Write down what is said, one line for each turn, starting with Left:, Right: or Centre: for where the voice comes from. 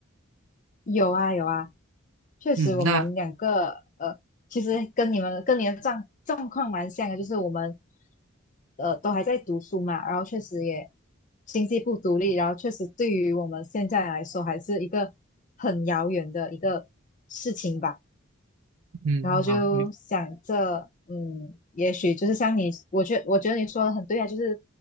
Left: 有啊有啊，确实我们两个呃，
Right: 嗯，那
Left: 其实跟你们跟你的状状况蛮像的，就是我们呃都还在读书嘛，然后确实也经济不独立，然后确实对于我们现在来说还是一个很遥远的一个事情吧。
Right: 嗯好，
Left: 然后就想着，嗯，也许就是像你，我觉我觉得你说的很对啊，就是